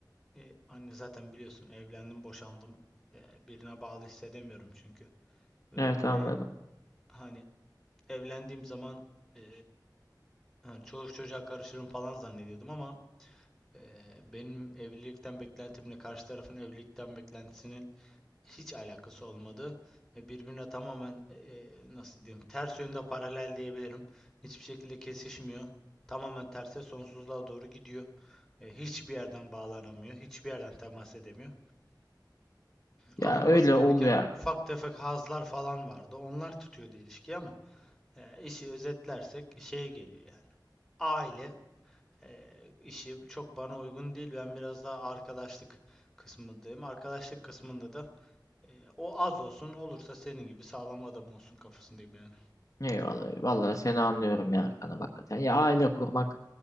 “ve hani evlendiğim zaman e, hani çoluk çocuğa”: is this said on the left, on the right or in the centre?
Centre